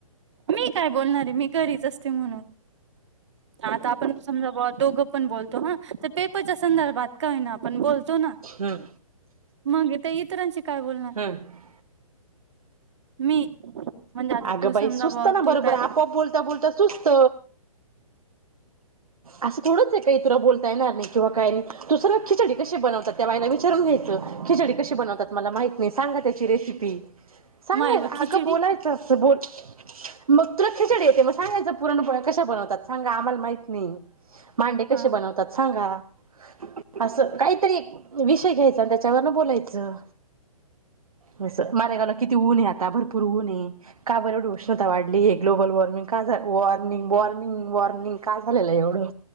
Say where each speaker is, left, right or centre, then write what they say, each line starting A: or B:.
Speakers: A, on the right (about 50°); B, on the right (about 75°).
A: मी काय बोलणार आहे मी घरीच असते म्हणून आता आपण समजा ब दोघं पण बोलतो हा तर पेपरच्या संदर्भात काय ना आपण बोलतो ना
B: हम्म
A: मग ते इतरांचे काय बोलणार
B: हम्म
A: मी म्हणजे आता
B: अगं
A: तू
B: बाई
A: समजा
B: सुचत
A: बा
B: ना
A: तू
B: बरोबर
A: काय
B: आपोआप बोलता-बोलता सुचत असं थोडंच आहे काय, तुला बोलता येणार नाही किंवा काही नाही. सूचना खिचडी कशी बनवतात, त्या बाईला विचारून घ्यायचं खिचडी कशी बनवतात मला माहिती- सांगा त्याची रेसिपी. सांगा-
A: माय व खिचडी
B: अगं बोलायचं अस बोल मग तुला खिचडी येते, मग सांगायचं पुरणपोळ्या कशा बनवतात सांगा आम्हाला माहित नाही. मांडे कशे
A: हा
B: बनवतात सांगा? असं काहीतरी विषय घ्यायचा आणि त्याच्यावरन बोलायचं. अस मालेगावला किती ऊने आता भरपूर ऊन आहेे, का बर येवढं ऊन उष्णता वाढली हे, ग्लोबल वॉर्मिंग का झा वॉर्मिंग-वॉर्मिंग-वॉर्मिंग का झालेलं आहे एवढं?